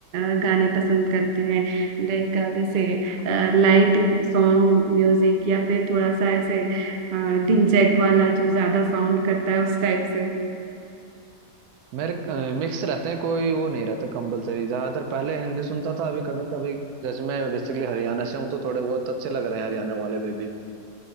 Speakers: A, on the right; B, on the right.
A: अ, गाने पसंद करते हैं लाइक जैसे लाइट सॉन्ग म्यूजिक या फिर थोड़ा सा ऐसे डिंजैक वाला जो ज्यादा साउंड करता है उस टाइप से
B: मेरे मिक्स रहते हैं कोई वो नहीं रहता कंपलसरी ज्यादातर पहले हिंदी सुनता था अभी कभी कभी जैसे मैं बेसिकली हरियाणा से हूँ तो थोड़े बहुत अच्छे लग रहे हैं हरियाणा वाले बेबी भी